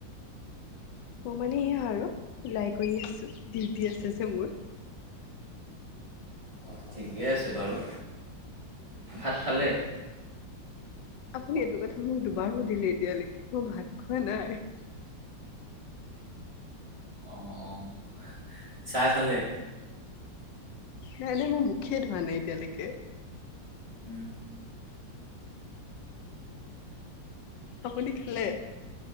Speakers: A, on the left (about 75°); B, on the right (about 25°).
A: মই মানে এয়া আৰু ওলাই গৈয়ে আছো। ডিউটি আছে যে, মোৰ।
B: অ', ঠিকে আছে বাৰু। ভাত খালে?
A: আপুনি এইটো কথা মোক দুবাৰো সুধিলে এতিয়ালৈকে, মই ভাত খোৱা নাই?
B: অ', -অ', চাহ খালে?
A: নাই-নাই মোৰ মুখেই ধোৱা নাই এতিয়ালেকে।
B: উম।
A: আপুনি খালে?